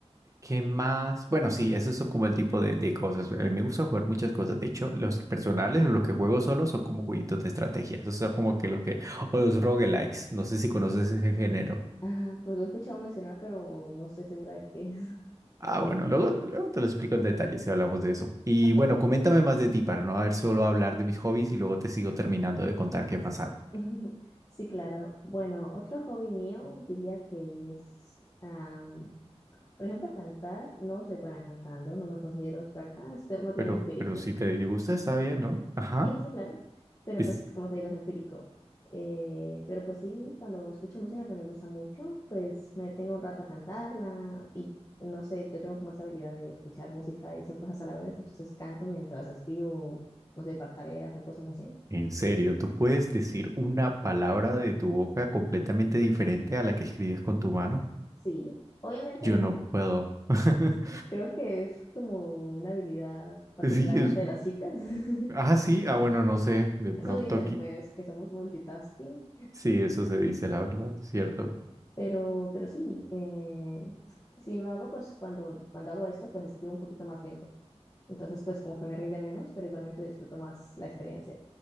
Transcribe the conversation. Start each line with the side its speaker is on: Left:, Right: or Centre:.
Right: ¿qué más? Bueno, sí, esos son como el tipo de, de cosas. A mí me gusta jugar muchas cosas. De hecho, los personales o los que juego solo son como jueguitos de estrategia. Esos son como que los que... O los roguelikes. No sé si conoces ese género.
Left: Ah, pues lo he escuchado mencionar, pero no estoy segura de qué es.
Right: Ah, bueno, luego, luego te lo explico en detalle si hablamos de eso. Y
Left: Ok.
Right: bueno, coméntame más de ti para no haber solo hablar de mis hobbies y luego te sigo terminando de contar qué más hago.
Left: <laughs> Sí, claro. Bueno, otro hobby mío diría que es, am, por ejemplo, cantar. No soy buena cantando, no me considero experta, estoy más bien
Right: Pero,
Left: empírico.
Right: pero si te gusta, está bien, ¿no? Ajá.
Left: Sí, sí, claro. Pero
Right: Es,
Left: pues, como te digo, es empírico. Eh, pero pues sí, cuando escucho música que me gusta mucho, pues me detengo un rato a cantarla y no sé, yo tengo como esa habilidad de escuchar música y hacer cosas a la vez, entonces canto mientras escribo, no sé, para tareas o cosas así.
Right: en serio, tú puedes decir una palabra de tu boca completamente diferente a la que escribes con tu mano.
Left: Sí, obviamente
Right: Yo
Left: cuan-
Right: no puedo. <laughs>
Left: creo que es como una habilidad particularmente
Right: Sí, es.
Left: de las chicas. <laughs>
Right: Ah, sí. Ah, bueno, no sé. De pronto
Left: Eso dicen,
Right: aquí.
Left: pues, que somos multitasking,
Right: Sí, eso se dice, la verdad, es ¿cierto?
Left: Pero, pero sí, eh, sin embargo, pues cuando, cuando hago esto, pues escribo un poquito más lento. Entonces, pues como que me rinde menos, pero igualmente disfruto más la experiencia.